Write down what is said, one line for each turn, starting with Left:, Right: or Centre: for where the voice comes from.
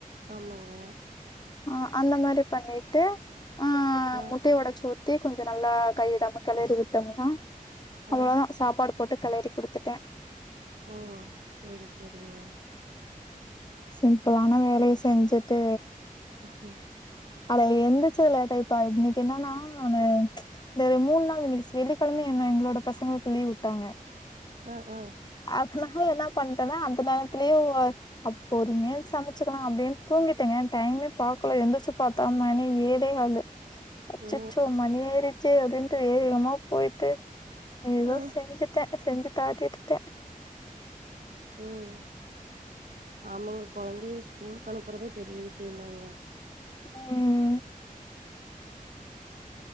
Right: ஆமாங்க
Left: ஆ அந்த மாரி பண்ணிட்டு ஆ
Right: ஆ
Left: முட்டய ஒடச்சு ஊத் தி கொஞ்சம் நல்லா கை விடாம கெளறி விட்டோம்னா
Right: ஆ
Left: அவ்ளோதா சாப்பாடு போட்டு கலறி குடுத்துட்ட
Right: ஓ செரி செரிங்க
Left: சிம்பிளான வேலய செஞ்சுட்டு
Right: ஓ ஒ
Left: அட எந்தச்சுது லேட் ஆய்ட்ப்பா இன்னிக் என்னன்னா நா இந்த மூணு நாள் இன்னிக்கு வெள்ளிக்கெழம என்ன எங்ளோட பசங்களுக்கு லீவ் விட்டாங்க
Right: ஆ ஆ
Left: அதனால என்ன பண்ட்டேனா அந்த நேரத்துலயே அப் பொறுமையா சமைச்சக்கலா அப்டின்னு தூங்கிட்டங்க டைமே பாக்கல எந்துச்சு பாத்தா மணி ஏழே காளு அச்சச்சோ
Right: ஓ
Left: மணி ஆயிறிச்சே அப்டின்ட்டு வே வேமா போயிட்டு எதோ
Right: ஆ
Left: செஞ்சுட்டே செஞ்சு தாட்டிட்டுட்டே
Right: ம் ஆமாங்க குழந்தை ஸ்கூலுக்கு அனுப்புறதே பெரிய விஷயந்தாங்க
Left: ம்